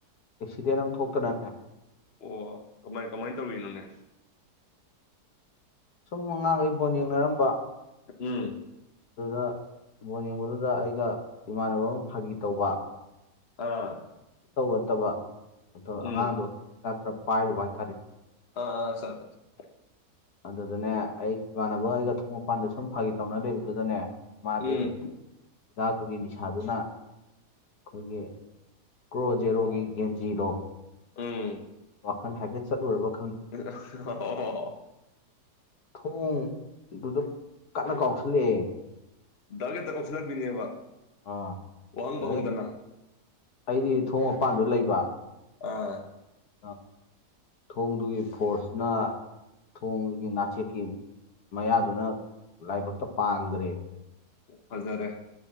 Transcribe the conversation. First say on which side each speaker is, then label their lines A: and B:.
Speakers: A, on the left (about 70°); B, on the left (about 45°).
A: ꯑꯦꯛꯁꯤꯗꯦꯟ ꯑꯃ ꯊꯣꯛꯇꯅꯅꯦ
B: ꯑꯣ ꯀꯃꯥꯏ ꯀꯃꯥꯏ ꯇꯧꯔꯤꯅꯣꯅꯦ
A: ꯁꯨꯝ ꯑꯉꯥꯡꯒꯩ ꯕꯣꯟ ꯌꯦꯡꯅꯔꯝꯕ
B: ꯎꯝ
A: ꯑꯗꯨꯗ ꯕꯣꯟ ꯌꯦꯡꯕꯗꯨꯗ ꯑꯩꯒ ꯏꯃꯥꯟꯅꯕ ꯑꯃ ꯐꯥꯒꯤ ꯇꯧꯕ
B: ꯑꯥ
A: ꯇꯧꯒꯗꯕ ꯑꯗꯣ
B: ꯎꯝ
A: ꯑꯉꯥꯡꯗꯣ ꯍꯤꯗꯥꯛ ꯈꯔ ꯄꯥꯏꯔꯨꯕ ꯍꯥꯏꯇꯔꯦ
B: ꯑꯥ ꯑꯥ ꯆꯠ <unintelligible>
A: ꯑꯗꯨꯗꯅꯦ ꯑꯩ ꯏꯃꯥꯟꯅꯕ ꯑꯩꯒ ꯊꯣꯡ ꯃꯄꯥꯟꯗ ꯁꯨꯝ ꯐꯥꯒꯤ ꯇꯧꯅ ꯂꯩꯕ ꯑꯗꯨꯗꯅꯦ ꯃꯥꯗꯤ
B: ꯎꯝ
A: ꯍꯤꯗꯥꯛꯇꯨꯒꯤ ꯅꯤꯁꯥꯗꯨꯅ ꯑꯩꯈꯣꯏꯒꯤ ꯀ꯭ꯔꯣ ꯖꯦꯔꯣꯒꯤ ꯒꯦꯟꯖꯤꯗꯣ
B: ꯎꯝ
A: ꯋꯥꯈꯟ ꯍꯥꯏꯐꯦꯠ ꯆꯠꯂꯨꯔꯕ
B: ꯑꯣ <unintelligible>
A: ꯊꯣꯡꯗꯨꯗ ꯀꯟꯅ ꯀꯥꯎꯁꯤꯜꯂꯛꯑꯦ
B: ꯗꯛ ꯍꯦꯛꯇ ꯀꯧꯁꯤꯜꯂꯛꯄꯤꯅꯦꯕ
A: ꯑꯥ
B: ꯋꯥꯍꯪ
A: ꯑꯗꯩ
B: ꯄꯧꯍꯪꯗꯅ
A: ꯑꯩꯗꯤ ꯊꯣꯡ ꯃꯄꯥꯟꯗ ꯂꯩꯕ
B: ꯑꯥ
A: ꯑꯩ ꯊꯣꯡꯗꯨꯒꯤ ꯐꯣꯔꯁꯅ ꯊꯣꯡꯗꯨꯒꯤ ꯅꯥꯆꯦꯛꯀꯤ ꯃꯌꯥꯗꯨꯅ ꯂꯥꯏꯕꯛꯇ ꯄꯥꯟꯒꯔ꯭ꯦ
B: ꯐꯖꯔꯦ